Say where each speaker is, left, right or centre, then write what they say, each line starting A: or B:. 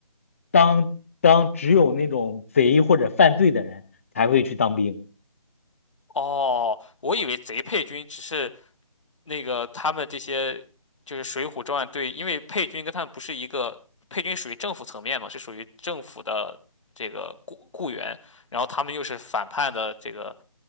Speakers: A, on the left; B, on the left.
A: 当当只有那种贼或者犯罪的人才会去当兵，
B: 哦，我以为贼配军只是那个他们这些就是《水浒传》对，因为配军跟他们不是一个，配军属于政府层面嘛，是属于政府的这个雇雇员，然后他们又是反叛的这个